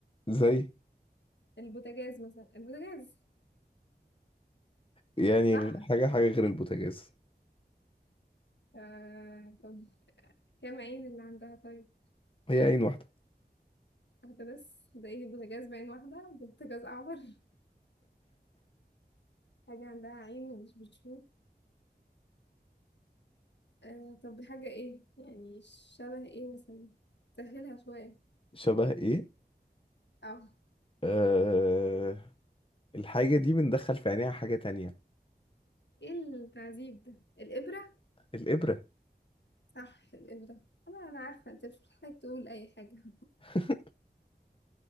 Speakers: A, on the left; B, on the left.
A: زي
B: البوتاجاز مثلا البوتاجاز
A: يعني
B: صح
A: غ- حاجة حاجة غير البوتاجاز
B: آه طب كام عين اللي عندها طيب
A: هي عين واحدة
B: واحدة بس ده ايه بوتاجاز بعين واحدة ده بوتاجاز أعور <laughs> حاجة عندها عين ومش بتشوف آه طب حاجة ايه يعني شبه ايه مثلا سهلها شوية
A: شبه ايه
B: اه
A: آه... الحاجة دي بندخل في عينيها حاجة تانية
B: ايه التعذيب ده الإبرة
A: الإبرة
B: صح الإبرة انا انا عارفة انت مش محتاج تقول اي حاجة <laughs>
A: <laughs>